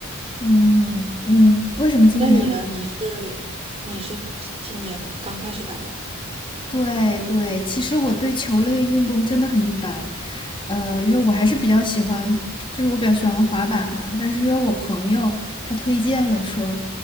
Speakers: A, on the left; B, on the right.
A: 嗯嗯，为什么今年
B: 那你呢？你是你是今年刚开始打吗？
A: 对对，其实我对球类运动真的很一般，呃，因为我还是比较喜欢，就是我比较喜欢滑板嘛，但是因为我朋友他推荐我说，